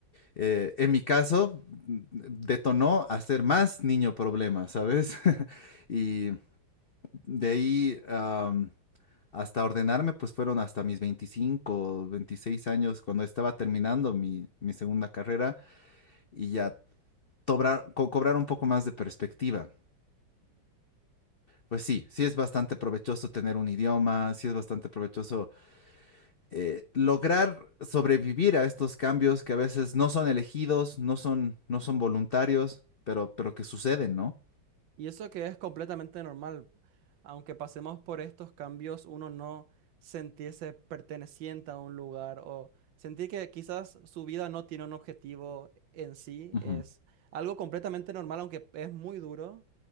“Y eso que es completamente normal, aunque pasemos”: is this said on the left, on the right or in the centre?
Right